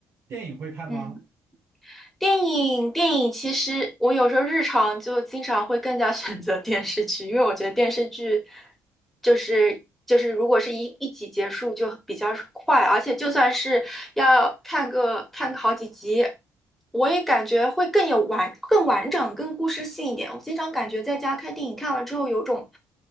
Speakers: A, on the right (about 55°); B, in the centre.
A: 电影会看吗？
B: 嗯。电影电影其实我有时候日常就经常会更加 <laughs> 选择电视剧，因为我觉得电视剧就是就是如果是一一集结束就比较快，而且就算是要看个看个好几集，我也感觉会更有完更完整、更故事性一点。我经常感觉在家看电影看完之后有种